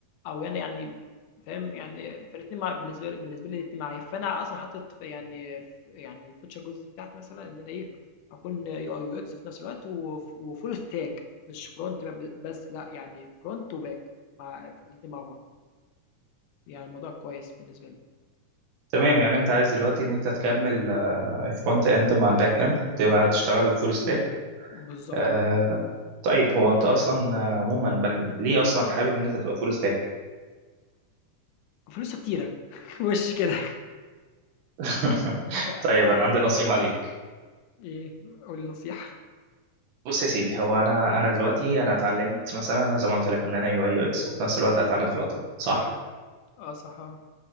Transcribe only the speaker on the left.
أو يعني يعني فاهم، يعني فالاتنين مع بالنسبة لي بالنسبة لي الاتنين معايا، فأنا أصلًا حاطط في يعني ف يعني الfuture goals بتاعتي مثلًا إن أنا إيه، أكون UI UX في نفس الوقت وف وfull stack مش front ب بس لأ، يعني front وback مع الاتنين مع بعض، يعني الموضوع كويس بالنسبة لي.
بالضبط
آه،
وفلوسه كتيرة <laughs> وش كده.
<laughs>
آآ
إيه، قُل لي نصيحة.
آه صح، آه.